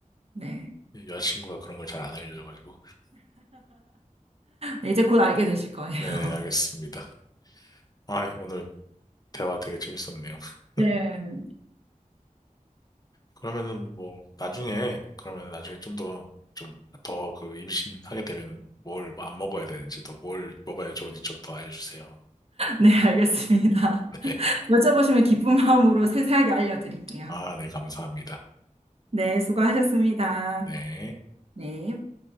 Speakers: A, on the right; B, on the left.
A: 네.
B: 이 여자친구가 그런 걸 잘 안 알려줘가지고.
A: 네, 이제 곧 알게 되실 거예요.
B: 네,
A: <laughs>
B: 알겠습니다. 아, 오늘 대화 되게 재밌었네요. <laughs>
A: 네.
B: 그러면은 뭐, 나중에, 그러면 나중에 좀 더, 좀 더 그 임신하게 되면 뭘 뭐 안 먹어야 되는지, 또 뭘 먹어야 좋은지 좀 더 알려주세요.
A: 네, 알겠습니다.
B: <laughs> 네.
A: 여쭤보시면 기쁜 마음으로 세세하게 알려드릴게요.
B: 아, 네, 감사합니다.
A: 네, 수고하셨습니다.
B: 네.
A: 네.